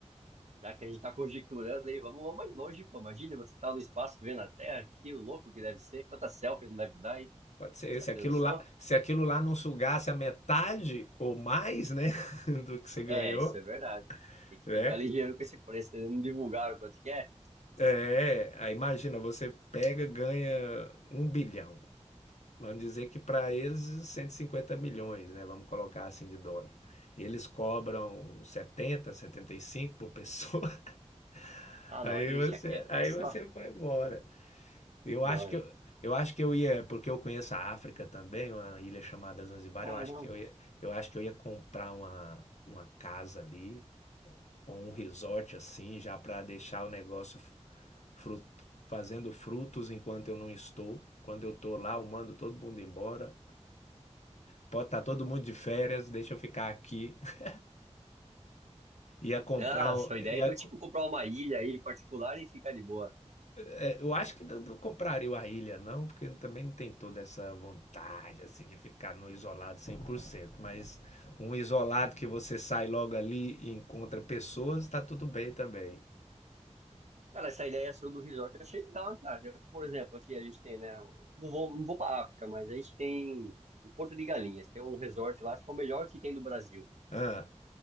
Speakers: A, on the right (about 70°); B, on the left (about 70°).
A: já que a gente tá conjecturando aí, vamos, vamos mais longe, pô. Imagina você tá no espaço vendo a Terra, que louco que deve ser, quanta selfie não deve dar aí.
B: Pode ser,
A: Já
B: se
A: pensou?
B: aquilo lá, se aquilo lá não sugasse a metade ou mais, né, <laughs> do que você ganhou,
A: É, isso é verdade. Tem que
B: né?
A: ficar ligeiro com esse preço, eles não divulgaram quanto que é.
B: É, aí imagina, você pega, ganha um bilhão. Vamos dizer que para eles 150 milhões, né? Vamos colocar assim de dólar. E eles cobram 70, 75 por pessoa. <laughs>
A: Ah,
B: Aí
A: não, aí deixa
B: você,
A: quieto,
B: aí
A: aí só.
B: você foi embora. Eu
A: Não,
B: acho que
A: aí.
B: eu, eu acho que eu ia, porque eu conheço a África também, uma ilha chamada Zanzibar,
A: Ah,
B: eu acho
A: não.
B: que eu ia, eu acho que eu ia comprar uma, uma casa ali ou um resort assim, já para deixar o negócio frut- fazendo frutos enquanto eu não estou. Quando eu estou lá, eu mando todo mundo embora Pode estar todo mundo de férias, deixa eu ficar aqui. <laughs> Ia comprar.
A: Ah,
B: um-
A: sua ideia
B: ia
A: então é então, tipo
B: co-
A: comprar uma ilha aí particular e ficar de boa.
B: é, eu acho que não, não compraria a ilha, não, porque também não tem toda essa vontade assim de ficar no isolado 100%. Mas um isolado que você sai logo ali e encontra pessoas, tá tudo bem também.
A: Cara, essa ideia sua do resort eu achei legal, hein, cara. Por exemplo, aqui a gente tem, né? Não vou, não vou para África, mas a gente tem em Porto de Galinhas, tem um resort lá, acho que é o melhor que tem do Brasil.
B: Ah,